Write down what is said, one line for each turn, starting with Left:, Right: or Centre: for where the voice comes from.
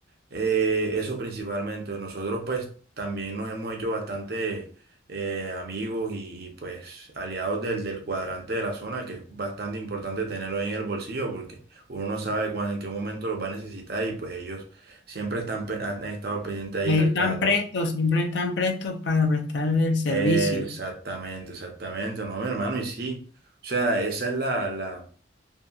Right: Eh, eso principalmente. Nosotros pues también nos hemos hecho bastante eh, amigos y, y, pues aliados del, del cuadrante de la zona, que es bastante importante tenerlo ahí en el bolsillo porque uno no sabe cuándo, en qué momento los va a necesitar y pues ellos siempre están, pe- han estado pendientes ahí,
Left: Ellos
Right: gracias
Left: están
Right: a Dios.
Left: prestos, siempre están prestos para prestar el servicio.
Right: Exactamente, exactamente, no, mi hermano, y sí. O sea, esa es la, la,